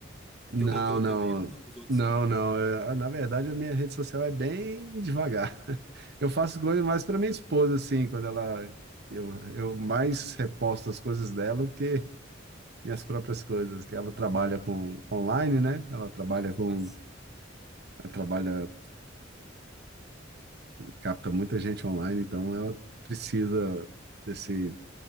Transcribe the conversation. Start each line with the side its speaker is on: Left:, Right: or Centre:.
Right: Não,
Centre: teu conteúdo
Right: não,
Centre: também ou tu faz pros outros
Right: não,
Centre: só?
Right: não. é, na verdade, a minha rede social é bem devagar. <laughs> Eu faço coisa mais para minha esposa, assim, quando ela. Eu, eu mais reposto as coisas dela do que minhas próprias coisas, que ela trabalha com online, né? Ela trabalha
Centre: Ah, que
Right: com.
Centre: massa.
Right: Ela trabalha, capta muita gente online, então ela precisa desse